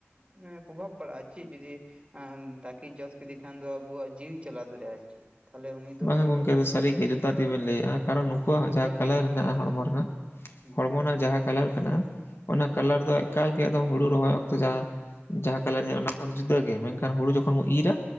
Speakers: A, on the right (about 25°); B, on the left (about 60°).
A: ᱮᱸ ᱯᱚᱵᱷᱟᱵᱽ ᱯᱟᱲᱟᱜᱼᱟ ᱪᱤᱜ ᱡᱩᱫᱤ ᱟᱢ ᱛᱟᱠᱤᱡ ᱡᱚᱥ ᱠᱤᱫᱤ ᱠᱷᱟᱱ ᱫᱚ ᱟᱹᱵᱩᱣᱟᱜ ᱡᱤᱣᱤ ᱪᱟᱞᱟᱣ ᱫᱟᱲᱮᱭᱟᱜᱼᱟ ᱟᱨ ᱪᱮᱫ? ᱛᱟᱦᱚᱞᱮ ᱩᱱᱤ ᱫᱚ
B: ᱵᱟᱝᱟ ᱜᱚᱝᱠᱮ ᱟᱫᱚ ᱥᱟᱨᱤ ᱜᱮ ᱡᱩᱛᱟᱹᱛ ᱜᱮᱵᱮᱱ ᱞᱟᱹᱭᱮᱜᱼᱟ᱾ ᱠᱟᱨᱚᱱ ᱱᱩᱠᱩᱣᱟᱜ ᱡᱟᱦᱟᱸ
A: ᱜᱚᱡ
B: ᱠᱟᱞᱟᱨ
A: ᱜᱮ ᱞᱟᱹᱠᱛᱤᱭᱟ
B: ᱦᱮᱸᱱᱟᱜᱼᱟ ᱦᱚᱲᱢᱚ
A: ᱪᱮᱫ
B: ᱨᱮᱱᱟᱜ
A: ᱦᱩᱸ
B: ᱦᱚᱲᱢᱚ ᱨᱮᱱᱟᱜ ᱡᱟᱦᱟᱸ ᱠᱟᱞᱟᱨ ᱠᱟᱱᱟ ᱚᱱᱟ ᱠᱟᱞᱟᱨ ᱫᱚ ᱮᱠᱟᱞ ᱜᱮ ᱮᱠᱫᱚᱢ ᱦᱩᱲᱩ ᱨᱚᱦᱚᱭ ᱚᱠᱛᱚ ᱡᱟᱦᱟᱸ ᱡᱟᱦᱟᱸ ᱠᱟᱞᱟᱨ ᱧᱮᱞ ᱢᱟ ᱚᱱᱟ ᱠᱷᱚᱱ ᱡᱩᱫᱟᱹᱜᱮ ᱢᱮᱱᱠᱷᱟᱱ ᱦᱩᱲᱩ ᱡᱚᱠᱷᱚᱱ ᱵᱚ ᱤᱨᱟ